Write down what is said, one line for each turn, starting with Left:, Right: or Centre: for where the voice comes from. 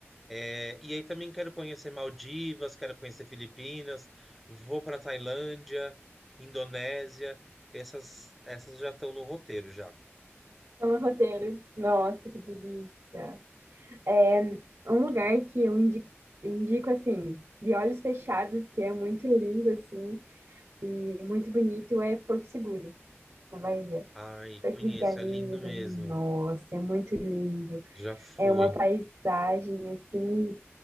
Centre: É, e aí também quero conhecer Maldivas, quero conhecer Filipinas, vou para Tailândia, Indonésia, essas, essas já estão no roteiro já.
Right: tá no roteiro. Nossa, que delícia. É um lugar que eu indico, indico assim, de olhos fechados, que é muito lindo, assim, e muito bonito, é Porto Seguro, na Bahia.
Centre: Ai, conheço,
Right: Perto de Galinhas
Centre: é lindo mesmo.
Right: ali, nossa, é muito lindo.
Centre: Já fui.
Right: É uma paisagem, assim,